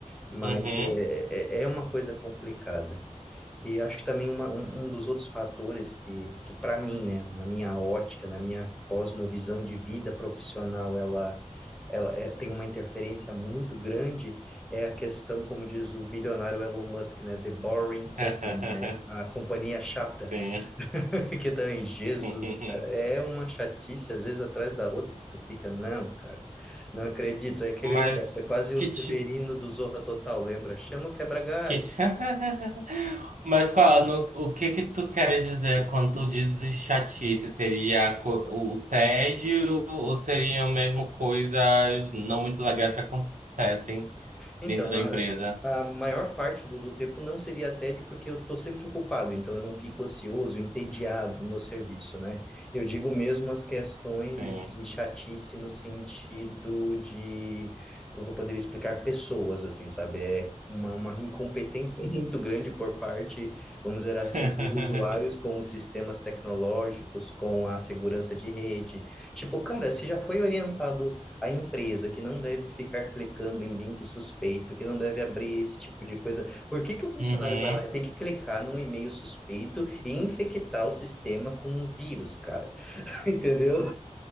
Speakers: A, in the centre; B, on the right.
A: Mas
B: Uhum.
A: é, é, é uma coisa complicada. E acho que também uma, um, um dos outros fatores que, que para mim, né, na minha ótica, na minha cosmovisão de vida profissional, ela, ela é- tem uma interferência muito grande, é a questão, como diz o bilionário Elon Musk, né, The Boring Company,
B: <laughs>
A: né, a companhia chata,
B: Sim.
A: <laughs> que também, Jesus,
B: <laughs>
A: cara, é uma chatice, às vezes, atrás da outra, que tu fica, não, cara, não acredito, é aquele
B: Mas
A: negócio, é quase
B: que
A: o Severino
B: tipo.
A: do Zorra Total, lembra? Chama o quebra-galho,
B: Que... ti- <laughs> Mas qual, no- o que que tu queres dizer quando tu dizes chatice? Seria co- o tédio ou seriam mesmo coisas não muito legais que acontecem
A: Então,
B: dentro da
A: a,
B: empresa?
A: a maior parte do, do tempo não seria tédio, porque eu estou sempre ocupado, então eu não fico ocioso, entediado no serviço, né? Eu digo mesmo as questões
B: Sim.
A: de chatice no sentido de, como que eu poderia explicar, pessoas, assim, sabe? É uma, uma incompetência <laughs> muito grande por parte, vamos dizer assim,
B: <laughs>
A: dos usuários com os sistemas tecnológicos, com a segurança de rede. Tipo, cara, se já foi orientado a empresa que não deve ficar clicando em link suspeito, que não deve abrir esse tipo de coisa. Por que que o funcionário
B: Uhum.
A: vai lá e tem que clicar num e-mail suspeito e infectar o sistema com um vírus, cara? <laughs> Entendeu?